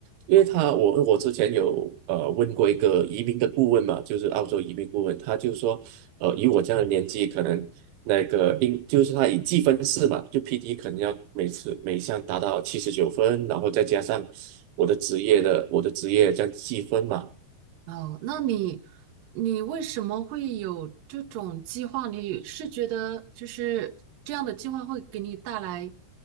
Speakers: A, on the right; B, on the right.
A: 因为他我我之前有呃问过一个移民的顾问嘛，
B: 哦，
A: 就是澳洲移民顾问，他就说，呃，以我这样的年纪，可能那个应就是他以计分制嘛，就 PD 可能要每次每项达到七十九分，然后再加上我的职业的我的职业这样计分嘛。
B: 哦，那你你为什么会有这种计划？你是觉得就是这样的计划会给你带来